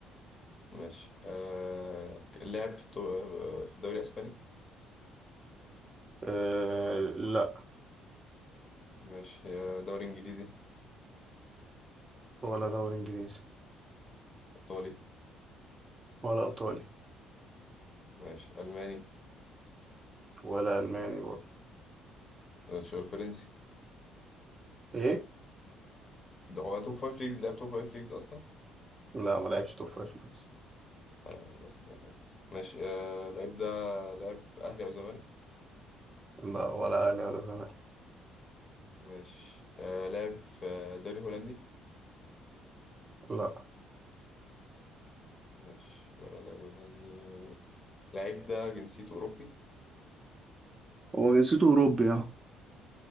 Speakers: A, on the left; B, on the right.
A: ماشي آه لعب في التو- في الدوري الاسباني
B: آه لا
A: ماشي آه، دوري انجليزي
B: ولا دوري انجليزي
A: ايطالي
B: ولا ايطالي
A: ماشي الماني
B: ولا الماني برضه
A: الشهور فرنسي
B: ايه
A: في ده- هو توب فايف ليجز لعب توب فايف ليجز اصلا
B: لا ما لعبش توب فايف ليجز
A: آه بس كده ماشي آه لعيب ده لعب في اهلي او زمالك
B: لا ولا اهلي ولا زمالك
A: ماشي آه لعب في دوري هولندي
B: لا
A: ماشي ولا دوري هولندي اللعيب ده جنسيته أوروبي
B: هو جنسيته أوروبي اه